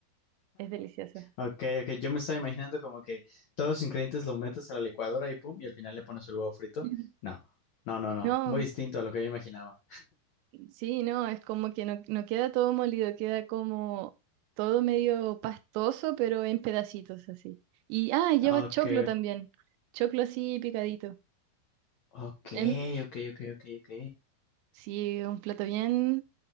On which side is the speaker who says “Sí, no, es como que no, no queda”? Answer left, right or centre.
Right